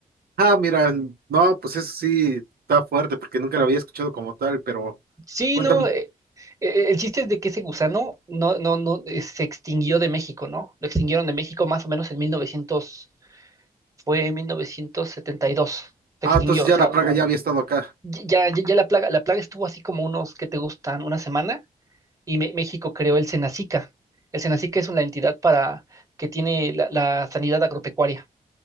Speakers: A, on the right (about 70°); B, on the right (about 20°).
A: Ah, mira, no, pues eso sí está fuerte porque nunca lo había escuchado como tal, pero
B: Sí,
A: cuéntame.
B: no, eh, eh, el chiste es de que ese gusano no, no, no, eh, se extinguió de México, ¿no? Lo extinguieron de México más o menos en 1900 fue en 1972, se
A: Ah,
B: extinguió,
A: entonces ya
B: o sea,
A: la
B: m-
A: plaga ya había estado acá.
B: ya, ya, ya la plaga, la plaga estuvo así como unos que te gustan, una semana, y Me- México creó el Senacica. El Senacica es una entidad para que tiene la, la sanidad agropecuaria.